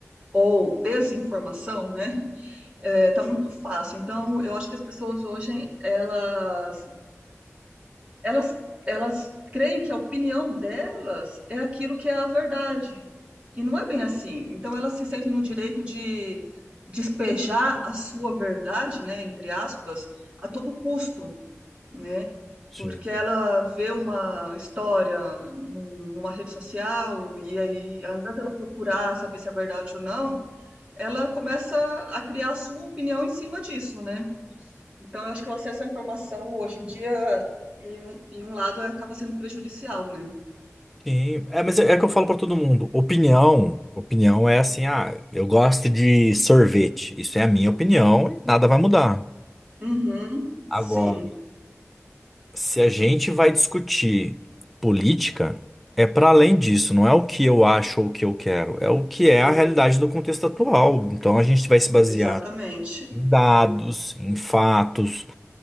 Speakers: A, on the right; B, in the centre.
A: ou desinformação, né? É, tá muito fácil. Então, eu acho que as pessoas hoje, elas, elas, elas creem que a opinião delas é aquilo que é a verdade. E não é bem assim. Então, elas se sentem no direito de despejar a sua verdade, né, entre aspas, a todo custo, né?
B: Sim.
A: Porque ela vê uma história num- numa rede social e aí, ao invés dela procurar saber se é verdade ou não, ela começa a criar a sua opinião em cima disso, né? Então, eu acho que o acesso à informação hoje em dia, em um, em um lado, acaba sendo prejudicial, né?
B: Sim, é, mas é, é que eu falo pra todo mundo. Opinião, opinião é assim, ah, eu gosto de sorvete. Isso é a minha opinião e nada vai mudar.
A: Uhum,
B: agora
A: sim,
B: Se a gente vai discutir política, é para além disso, não é o que eu acho ou o que eu quero, é o que é
A: ex-
B: a realidade do contexto atual. Então a gente vai se basear
A: exatamente.
B: em dados,
A: Hum,
B: em fatos.